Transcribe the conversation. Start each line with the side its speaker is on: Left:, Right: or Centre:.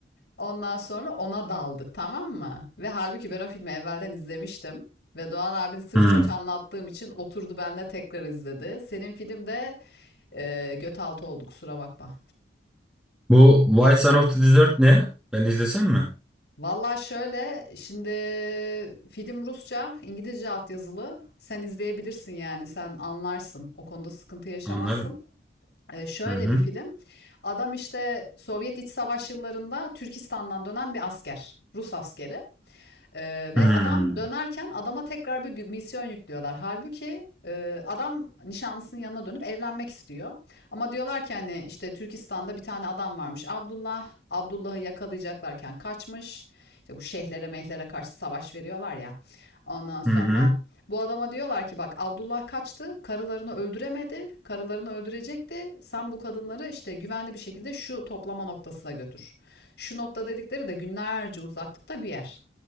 Left: Ondan sonra ona daldık tamam mı? Ve halbuki ben o filmi evvelden izlemiştim. Ve Doğan abin sırf
Centre: hı.
Left: çok anlattığım için oturdu benimle tekrar izledi. Senin filmde e, göt altı oldu kusura bakma.
Centre: Bu White Son of the Desert ne? Ben de izlesem mi?
Left: Valla şöyle şimdi film Rusça, İngilizce altyazılı. Sen izleyebilirsin yani sen anlarsın. O konuda sıkıntı yaşamazsın.
Centre: Anlarım.
Left: Ee, şöyle
Centre: Hı hı.
Left: bir film. Adam işte Sovyet İç Savaş yıllarında Türkistan'dan dönen bir asker. Rus askeri. Ee, ve
Centre: Hmm.
Left: adam dönerken adama tekrar bir misyon yüklüyorlar. Halbuki e, adam nişanlısının yanına dönüp evlenmek istiyor. Ama diyorlar ki hani işte Türkistan'da bir tane adam varmış Abdullah. Abdullah'ı yakalayacaklarken kaçmış. İşte bu şeyhlere mehlere karşı savaş veriyorlar ya. Ondan sonra
Centre: Hı hı.
Left: bu adama diyorlar ki bak Abdullah kaçtı, karılarını öldüremedi, karılarını öldürecekti. Sen bu kadınları işte güvenli bir şekilde şu toplama noktasına götür. Şu nokta dedikleri de günlerce uzaklıkta bir yer.